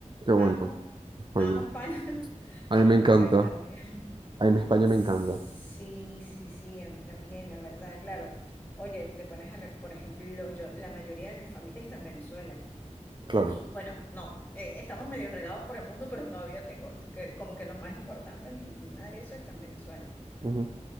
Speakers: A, on the right; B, on the left.
A: que bueno,
B: amo,
A: España.
B: amo España, <laughs>
A: A
B: amo
A: mí me encanta.
B: mi país también. <laughs>
A: A mí España me
B: Sí,
A: encanta.
B: sí, sí, a mí también, la verdad, claro. Oye, te pones a, re- por ejemplo, yo, la mayoría de mi familia está en Venezuela.
A: Claro.
B: Y bueno, no, eh, estamos medio regados por el mundo, pero todavía tengo que- como que los más importantes, mi, mi madre, eso está en Venezuela.
A: Ujú,